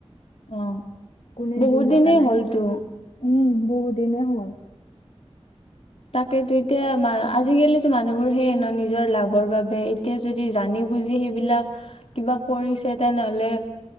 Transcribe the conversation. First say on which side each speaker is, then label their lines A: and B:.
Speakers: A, on the left; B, on the left.
A: অ
B: কোনে
A: বহুত
B: জুই
A: দিনেই
B: লগালে।
A: হ'লতো
B: উম বহুত দিনে হ'ল
A: তাকেতো এতিয়া আজিকালিো মানুহবোৰ সেইয়ে ন নিজৰ লাভৰ বাবে এতিয়া যদি জানি বুজি সেইবিলাক কিবা কৰিছে তেনেহলে